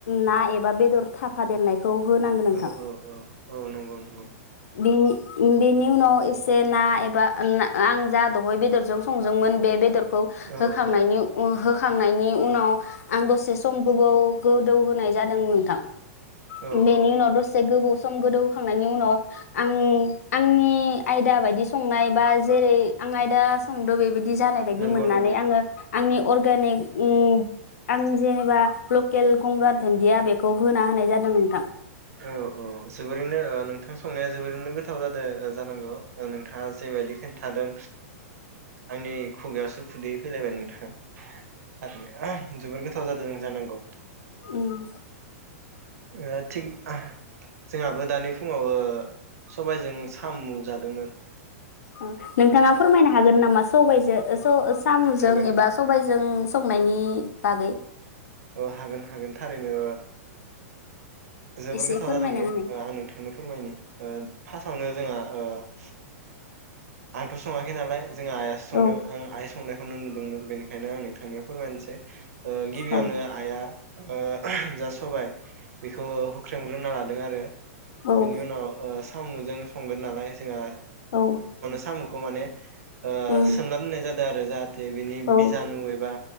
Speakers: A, on the left (about 80°); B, on the right (about 75°).
A: ना एबा बेदर थाफादेरनाय खौ होनांगोन नोंथां।
B: औ औ औ नंगौ नंगौ
A: बेनि बेनि उनाव एसे ना एबा आं जा दहाय बेदरजों संदोंमोन बेदर खौ
B: औ
A: हो खांनायनि
B: औ
A: उ हो खांनायनि उनाव आं दसे सम गोबौ गोदौ होनाय जादों नोंथां
B: औ
A: बेनि
B: औ
A: उनाव
B: औ
A: दसे गोबाव सम गोदौहोखांनायनि उनाव आं आंनि आयदा बायदि संनाय बा जेरै आं आयदा संदो बे बिदि जानाय बायदि
B: नंगौ
A: मोननानै
B: नंगौ
A: आङो अर्गेनिक ओम आंनि जेनेबा लकेल गंगार दुन्दिया बेखौ होना होनाय जादों नोंथां।
B: औ औ जोबोरैनो ओ नोंथां संनाया जोबोरैनो गोथाव जादों जानांगौ नोंथाङा जेबायदि खिन्थादों आंनि ओ खुगायावसो खुदैयै फैलायबाय नोंथा। थारैनो जोबोर गोथाव जादों जानांगौ
A: उम
B: ओ थिग जोंहाबो दानि फुङाव ओ सबायजों साम' जादोंमोन
A: ओ नोंथाङा फोरमायनो हागोन नामा स सबायजो ओस थ ओ सामुजों
B: हागोन
A: एबा सबायजों जों संनायनि बागै।
B: औ हागोन हागोन थारैनो। जोबोर
A: एसे
B: गोथाव
A: फोरमायना
B: जादोंमोन
A: होनाय
B: ओ आं नोंथांनो फोरमायनि ओ फार्स्टआवनो जोंहा ओ <inaudible> आंथ सङाखै नालाय जों आइयासो संदों
A: औ
B: ओ आइ स संनायखौ नो नुदोंमोन बेनिखायनो आं नोंथांनियाव फोरमायनोसै। ओ गिबियावनो
A: औ
B: आइआ ओ जा सबाय बेखौ हुख्रेमग्रोना लादों आरो।
A: औ
B: बिनि उनाव ओ सामुजों संगोन नालाय जोङा
A: औ
B: सामुखौ माने ओ
A: उम
B: सोमना दोननाय जादों दा रोजा थे बिनि
A: औ
B: बिजानु एबा